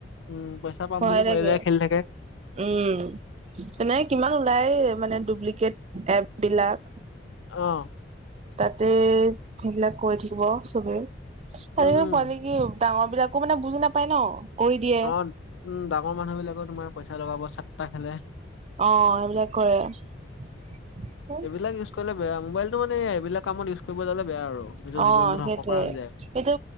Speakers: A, on the left; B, on the right.
A: উম পইচা', পাম
B: ভয়
A: বুলি
B: লাগে',
A: কৈ পেলাই খেলি থাকে
B: উম! এনেই কিমান ওলাই, মানে, ডুপ্লিকেট এপ বিলাক?
A: অ'!
B: তাতে, সেইবিলাক কৰি থাকিব চবেই।
A: উম
B: আজিকলি
A: উম
B: পোৱালি কি ডাঙৰ বিলাকো মানে, বুজি নাপায় ন'! কৰি দিয়ে।
A: অ', উম', ডাঙৰ মানুহ বিলাকেও তোমাৰ পইচা লগাব চাতটা খেলে',
B: অ', এইবিলাক কৰে',
A: এইবিলাক ইউজ কৰিলে বেয়া, মোবাইলটো মানে এইবিলাক কামত ইউজ কৰিব যালে বেয়া আৰু নিজৰ
B: অ
A: জীৱনত
B: সেইটোৱে।
A: ধংস কৰা হৈ যায়',
B: এইটো,